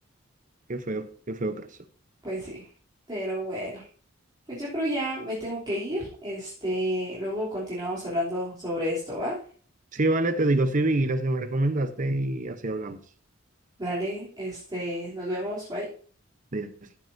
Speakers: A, on the right; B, on the right.
A: Qué feo, qué feo caso.
B: Pues sí. Pero bueno, pues yo creo ya me tengo que ir. Este, luego continuamos hablando sobre esto, ¿va?
A: Sí, vale, te digo, sí vi las que me recomendaste y así hablamos.
B: Dale, este, nos vemos, bye.
A: de ellas.